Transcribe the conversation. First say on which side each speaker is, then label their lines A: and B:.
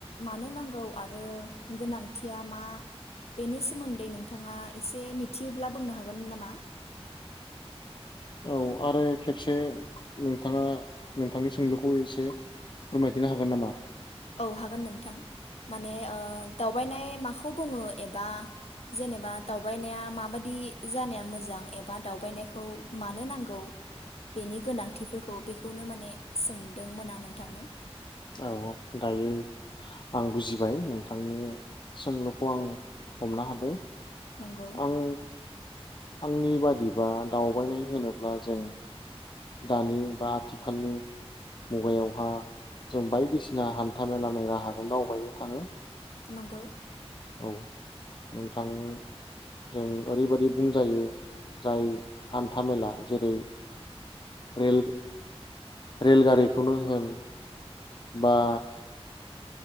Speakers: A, on the left; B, on the left.
A: मानो नांगौ आरो गोनांथिया मा बेनि सोमोन्दै नोंथाङा एसे मिथियोब्ला बुंनो हागोन मोन नामा?
B: औ आरो खेबसे नोंथाङा नोंथांनि सोंलुखौ एसे फोरमायथिनो हागोन नामा?
A: औ हागोन नोंथां माने ओ दावबायनाय माखौ बुङो एबा जेनेबा दावबायनाया माबादि जानाया मोजां एबा दावबायनायखौ मानो नांगौ बेनि गोनांथिफोरखौ बेखौनो माने सोंदोंमोन आं नोंथांनो?
B: औ दायो आं बुजिबाय नोंथांनि सोंलुखौ आं हमनो हादों।
A: नंगौ
B: आं आंनि बादिबा दावबायनाय होनोब्ला जों दानि बा आथिखालनि मुगायावहा जों बायदिसिना हान्था मेलानि राहाजों दावबायनो थाङो।
A: नंगौ
B: औ नोंथां जों ओरैबायाददि बुंजायो जाय हान्था मेला जेरै रेल रेलगारिखौनो होन बा